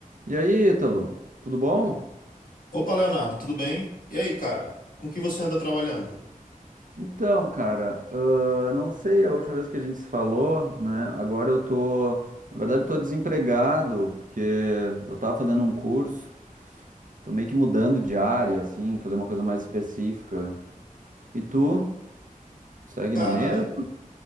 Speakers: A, on the right; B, on the left.
A: E aí, Ítalo, tudo bom?
B: Opa, Leonardo, tudo bem? E aí, cara? Com que você anda trabalhando?
A: Então, cara, ah, não sei a última vez que a gente se falou, né? Agora eu tô, na verdade, eu tô desempregado, porque eu tava fazendo um curso, tô meio que mudando de área, assim, fazer uma coisa mais específica. E tu, segue
B: Cara,
A: na mesma?
B: eu